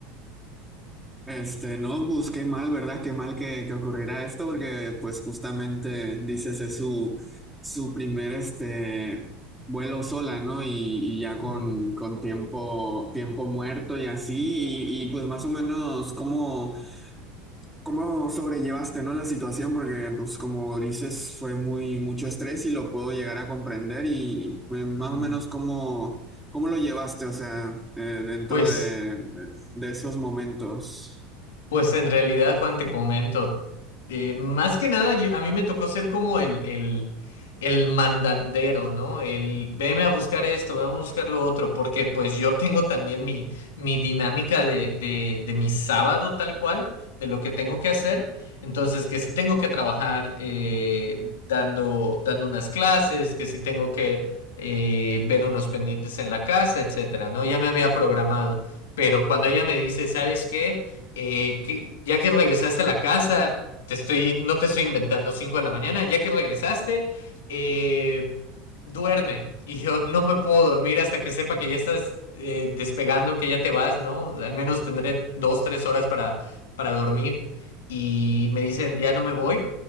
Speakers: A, in the centre; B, on the left.
A: Este, no, pues qué mal, ¿verdad? Qué mal que, que ocurriera esto, porque pues justamente dices es su, su primer este vuelo sola, ¿no? Y, y ya con,
B: Ujú,
A: con tiempo, tiempo muerto y así, y, y, pues más o menos cómo. ¿Cómo sobrellevaste, no, la situación? Porque, pues, como dices, fue muy mucho estrés y lo puedo llegar a comprender y pues, más
B: ujú.
A: o menos cómo, cómo lo llevaste, o sea, eh, dentro
B: Pues...
A: de, de esos momentos.
B: Pues en realidad, Juan, te comento, eh, más que nada yo- a mí me tocó ser como el, el, el mandandero, ¿no? El veme a buscar esto, veme a buscar lo otro, porque pues yo tengo también mi, mi dinámica de, de, de mi sábado tal cual, de lo que tengo que hacer, entonces que si tengo que trabajar eh, dando, dando unas clases, que si tengo que eh, ver unos pendientes en la casa, etcétera, ¿no? Ya me había programado, pero cuando ella me dice, ¿sabes qué? eh, que, ya que regresaste a la casa, te estoy, no te estoy inventando 5 de la mañana, ya que regresaste, eh, duerme. <laughs> Y yo no me puedo dormir hasta que sepa que ya estás eh, despegando, que ya te vas, ¿no? Al menos tendré dos, tres horas para, para dormir. Y me dicen, ya no me voy.